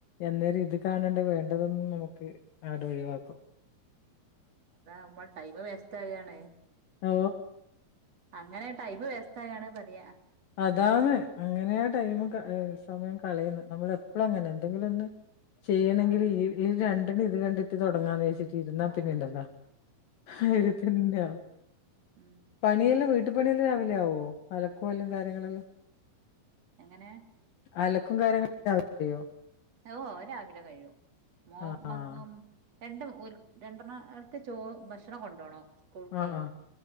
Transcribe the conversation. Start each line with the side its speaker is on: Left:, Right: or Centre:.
Left: എന്നേരം ഇത് കാണണ്ട വേണ്ടതും നമുക്ക് അടെ ഒഴിവാക്കും
Right: അതാവുമ്പം ടൈമ് വേസ്റ്റ് ആവുകയാണ്.
Left: ഓ
Right: അങ്ങനെ ടൈമ് വേസ്റ്റാവാണെ പറയാ
Left: അതാണ് അങ്ങനെയാ ടൈം സമയം കളയുന്നത് നമ്മൾ എപ്പള അങ്ങനെ എന്തെങ്കിലും ഒന്ന് ചെയ്യണമെങ്കിൽ
Right: ആഹ്
Left: ഈ ഈ രണ്ടണ്ണം ഇത് കണ്ടിട്ട് തുടങ്ങാന്ന് വെച്ചിട്ട് ഇരുന്നാൽപിന്നെണ്ടല്ലോ
Right: ആഹ്
Left: ആയിരത്തിന്ന് ആവും
Right: ഉം
Left: പണിയെല്ലാം വീട്ടു പണിയെല്ലാം രാവിലെ ആവോ അലക്കല്ലാം കാര്യങ്ങളെല്ലാം
Right: എങ്ങനെ
Left: അലക്കും കാര്യങ്ങളൊക്കെ രാവിലെ ചെയ്യാ
Right: ഓ അത് രാവിലെ കഴിയും മോ
Left: ആഹ്
Right: <unintelligible> രണ്ടും ഒരു രണ്ടെണ ആൾക്ക് ച ഭക്ഷണം കൊണ്ടോണം സ്കൂൾക്കെ
Left: ആഹ് ആഹ്